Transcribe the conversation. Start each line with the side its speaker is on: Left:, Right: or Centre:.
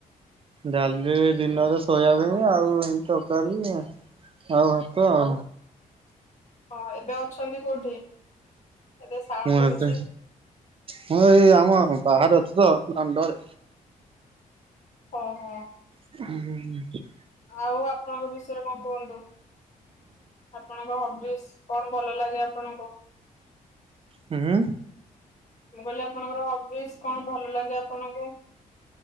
Right: ଡାଲି ଦିନରେ ସୋୟାବିନ ଆଉ ଏମିତି ତକାରି। ଆଉ ଭାତ ଆଉ।
Left: ହଁ ଏବେ ଅଛନ୍ତି କୋଉଠି ଏବେ ସାଉଣ୍ଡ
Right: ମୁଁ ଆପେ
Left: ହଉଛି
Right: ହଁ ଏଇ ଆମ ବାହାରେ ଅଛୁ ତ ଦାଣ୍ଡରେ।
Left: ଓହୋ।
Right: ହୁଁ।
Left: ଆଉ ଆପଣଙ୍କ ବିଷୟରେ କଣ କୁହନ୍ତୁ? ଆପଣଙ୍କ ହବିସ କଣ ଭଲ ଲାଗେ ଆପଣଙ୍କୁ?
Right: ହୁଁ।
Left: ମୁଁ କହିଲି ଆପଣଙ୍କର ହବିସ୍ କଣ ଭଲ ଲାଗେ ଆପଣଙ୍କୁ?